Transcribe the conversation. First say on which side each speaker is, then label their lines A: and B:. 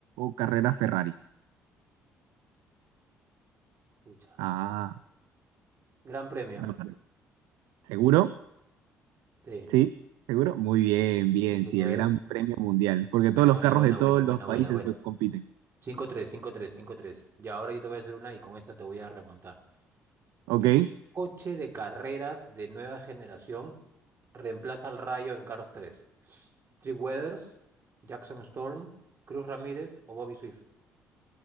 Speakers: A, on the right (about 80°); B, on the right (about 40°).
A: o Carrera Ferrari.
B: Pucha.
A: Ah,
B: Gran premio.
A: no, ¿seguro?
B: Sí.
A: Sí, ¿seguro? Muy bien, bien,
B: Sí,
A: sí,
B: Ya
A: el
B: ves.
A: Gran Premio Mundial, porque todos
B: Buena,
A: los
B: buena,
A: carros
B: buena,
A: de todos
B: buena, buena,
A: los países
B: buena, buena.
A: pues, compiten.
B: cinco tres cinco tres cinco tres Y ahora yo te voy a hacer una y con esta te voy a remontar.
A: Ok,
B: ¿Qué coche de carreras de nueva generación reemplaza al Rayo en Cars tres ¿Trip Weathers, Jackson Storm, Cruz Ramírez o Bobby Swift?